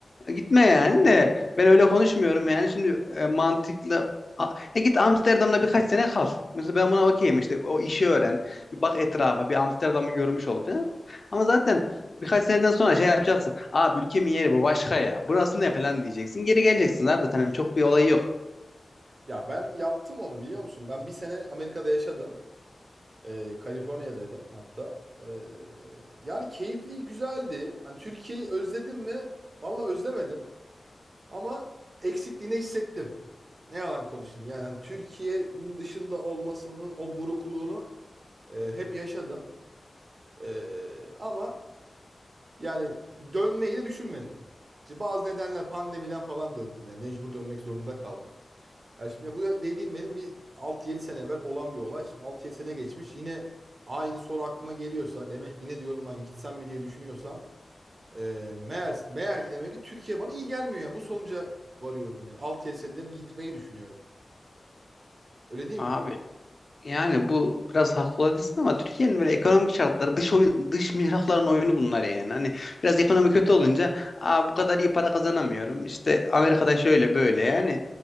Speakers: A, on the left; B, on the right.
A: Gitme yani de ben öyle konuşmuyorum yani şimdi e, mantıklı A- e, git Amsterdam'da birkaç sene kal. Mesela ben buna okeyim işte o işi öğren. Bir bak etrafa bir Amsterdam'ı görmüş ol falan. Ama zaten birkaç seneden sonra şey yapacaksın. Abi ülkemin yeri bu başka ya. Burası ne falan diyeceksin. Geri geleceksin abi zaten Hani çok bir olayı yok.
B: Ya ben yaptım onu biliyor musun? Ben bir sene Amerika'da yaşadım. Ee, Kaliforniya'daydım hatta. Ee, yani keyifli, güzeldi. Hani Türkiye'yi özledim mi? Vallahi özlemedim. Ama eksikliğini hissettim. Ne yalan konuşayım. Yani hani Türkiye'nin dışında olmasının o burukluğunu E, hep yaşadım. E, ama yani dönmeyi de düşünmedim. İşte bazı nedenler pandemiden falan döndüm. Yani mecbur dönmek zorunda kaldım. Yani şimdi bu dediğim benim bir 6 yedi sene evvel olan bir olay. Şimdi 6 yedi sene geçmiş. Yine aynı soru aklıma geliyorsa demek yine diyorum lan gitsem mi diye düşünüyorsam e, meğer, meğer ki demek ki Türkiye bana iyi gelmiyor. Yani bu sonuca varıyorum yani. 6 yedi senede bir gitmeyi düşünüyorum. Öyle değil
A: Abi
B: mi?
A: Yani bu biraz haklı olabilirsin ama Türkiye'nin böyle ekonomik şartları dış oyun, dış mihrakların oyunu bunlar yani. Hani biraz ekonomi kötü olunca Aa, bu kadar iyi para kazanamıyorum. İşte Amerika'da şöyle böyle yani.